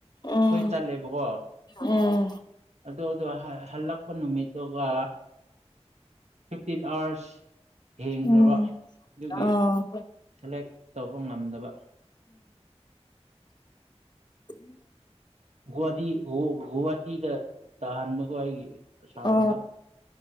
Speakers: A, on the left; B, on the right.
A: ꯎꯝ
B: ꯈꯣꯏ ꯇꯟꯂꯦꯕꯀꯣ
A: ꯎꯝ
B: ꯑꯗꯨ ꯑꯗꯣ ꯍ- ꯍꯜꯂꯛꯄ ꯅꯨꯃꯤꯠꯇꯨꯒ ꯐꯤꯐꯇꯤꯟ ꯑꯋ꯭ꯔꯁ ꯍꯦꯟꯈ꯭ꯔꯕ
A: ꯎꯝ
B: ꯑꯗꯨꯒꯤ
A: ꯑꯥ
B: ꯁꯦꯂꯦꯛ ꯇꯧꯕ ꯉꯝꯗꯕ
A: <unintelligible>
B: ꯒꯨꯍꯇꯤ ꯒꯨꯍꯥꯇꯤꯗ ꯇꯥꯍꯟꯕꯀꯣ ꯑꯩꯒꯤ ꯑꯁꯥꯝꯗ
A: ꯑꯥ